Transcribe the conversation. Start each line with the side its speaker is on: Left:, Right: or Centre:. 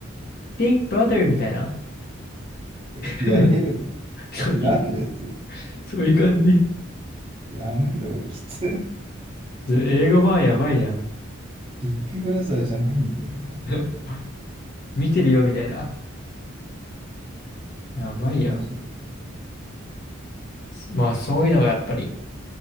Left: Big Brother みたいな。
Right: <laughs>
Left: <laughs>
Right: やめろよ。
Left: そうい
Right: <laughs> え、なんです。
Left: う、そういう感じ。
Right: やめろよ。きつ。
Left: 英語版やばいな。
Right: ビッグブラザーじゃないんだよ、みたいな。
Left: <laughs> 見てるよ、みたいな。やばいや
Right: そうそう
Left: まあ、そういうのがやっぱり